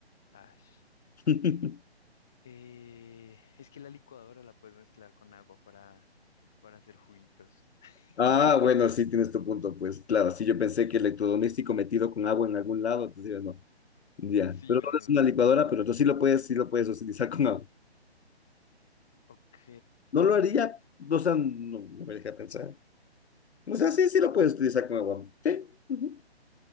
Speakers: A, in the centre; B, on the left.
A: Ash.
B: <laughs>
A: Eh, es que la licuadora la puedes mezclar con agua para, para hacer juguitos. <laughs>
B: Ah, bueno, sí tienes tu punto, pues claro, sí yo pensé que electrodoméstico metido con agua en algún lado, entonces digo, no, ya,
A: Sí,
B: pero
A: no,
B: no
A: no,
B: es una
A: no.
B: licuadora, pero tú sí lo puedes, sí lo puedes utilizar con agua.
A: Ok,
B: No lo haría, o sea, no, no me deja pensar. O sea, sí, sí lo puedes utilizar con agua. Sí, ujú.